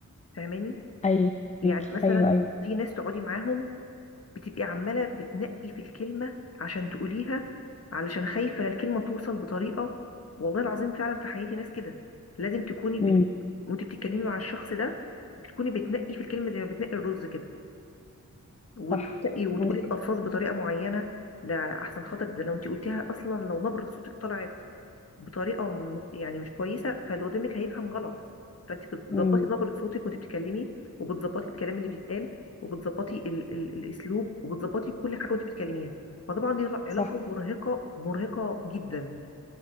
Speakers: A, on the left; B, on the left.
A: فاهماني
B: ايوه
A: يعني
B: ميكي
A: مثلا
B: ايوه ايوه
A: في ناس تقعدي معاهم بتبقي عمالة بتنقي في الكلمة عشان تقوليها علشان خايفة لا الكلمة توصل بطريقة والله العظيم فعلا في حياتي ناس كده لازم تكوني بت...
B: امم
A: وانت بتتكلمي مع الشخص ده بتكوني بتنقي في الكلمة زي ما بتنقي الرز كده وتنقي
B: صح
A: وتقولي
B: عندك
A: الألفاظ
B: حق.
A: بطريقة معينة لا أحسن خاطر ده لو انت قلتيها أصلا لو نبرة صوتك طلعت بطريقه م- يعني مش كويسه فاللي قدامك هيفهم غلط فانت بتظبطي
B: امم
A: نبره صوتك وانت بتتكلمي وبتظبطي الكلام اللي بيتقال وبتظبطي ال ال الاسلوب وبتظبطي كل حاجه وانت بتتكلميها فطبعا دي
B: صح
A: علاقه مرهقه مرهقه جدا